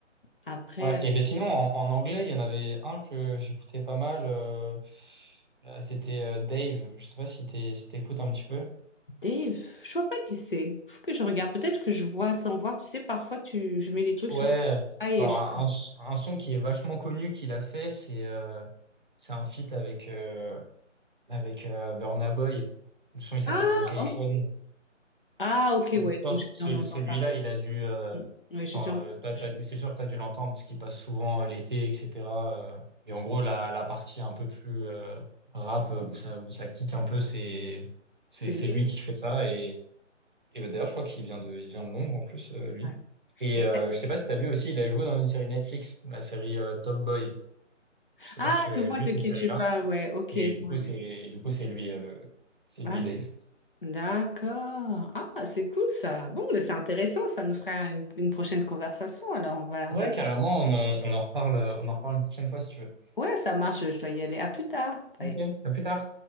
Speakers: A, on the left; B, on the right.
A: Après,
B: Ouais, et ben sinon, en, en anglais, il y en avait un que j'écoutais pas mal. euh, euh, c'était euh, Dave. Je sais pas si t'es, si t'écoutes un petit peu.
A: Dave, je vois pas qui c'est. Faut que je regarde. Peut-être que je vois sans voir. Tu sais, parfois tu, je mets les trucs
B: Ouais,
A: sur Spotify
B: alors
A: et je.
B: un, un son qui est vachement connu qu'il a fait, c'est euh, c'est un feat avec, euh, avec euh, Burna Boy. Le son, il s'appelle
A: Ah,
B: Location.
A: oh. Ah, ok,
B: Je, je
A: ouais.
B: pense
A: Donc j'ai
B: que ce-
A: dû en entendre
B: celui-là,
A: parler.
B: il a dû, euh,
A: Mm. Ouais, j'ai
B: Enfin,
A: dû en-
B: euh, t'as-
A: je-
B: t'as- dû- c'est sûr que tu as dû l'entendre parce qu'il passe souvent euh, l'été, etc. euh. et en gros, la, la partie un peu plus euh, rap euh, où ça, où ça kick un peu, c'est, c'est,
A: C'est lui.
B: c'est lui qui fait ça. Et, et bah, d'ailleurs, je crois qu'il vient de, il vient de Londres en plus, euh, lui.
A: ouais.
B: Et
A: Et-
B: euh, je sais pas si tu as vu aussi, il a joué dans une série Netflix, la série euh, Top Boy. Je sais
A: Ah,
B: pas si tu l'as
A: je vois
B: vu,
A: de
B: cette
A: qui
B: série-là.
A: tu parles. Ouais, ok.
B: Et
A: Ouais,
B: du
A: ouais.
B: coup, c'est, et du coup, c'est lui, euh, le, c'est lui,
A: Ah, c'est-
B: Dave.
A: D'accord. Ah, c'est cool ça. Bon, mais c'est intéressant. Ça nous fera une, une prochaine conversation. Alors on va,
B: Ouais,
A: on va
B: carrément, on en, on en reparle, euh, on en reparle une prochaine fois si tu veux.
A: Ouais, ça marche, je dois y aller. À plus tard. Bye.
B: Ok, à plus tard.